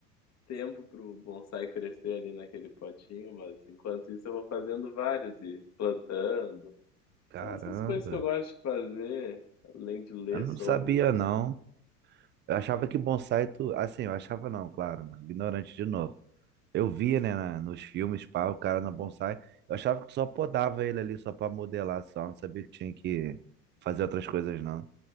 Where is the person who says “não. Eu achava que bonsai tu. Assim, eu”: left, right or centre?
Right